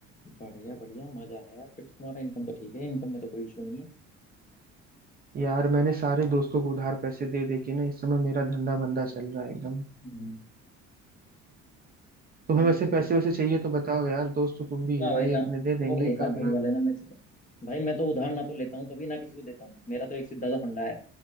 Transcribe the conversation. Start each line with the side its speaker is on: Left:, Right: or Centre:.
Left: बढ़िया बढ़िया मजा है यार फिर तो तुम्हारा इनकम तो ठीक है इनकम में तो कोई इशू नहीं है
Right: यार मैंने सारे दोस्तों को उधार पैसे दे दे के ना इस समय मेरा धंधा मंदा चल रहा है एकदम
Left: हम्म
Right: तुम्हें
Left: ये
Right: वैसे
Left: तो
Right: पैसे वैसे चाहिए तो बताओ यार दोस्त तो तुम भी
Left: ना
Right: हो भाई
Left: भाई ना
Right: अपने दे देंगे
Left: ओ भाई
Right: एक
Left: हाथ
Right: आध
Left: धुलवा
Right: लाख
Left: लेना मेरे से तो भाई मैं तो उधार ना तो लेता हूँ कभी ना किसी को देता हूँ मेरा तो एक सीधा सा फंडा है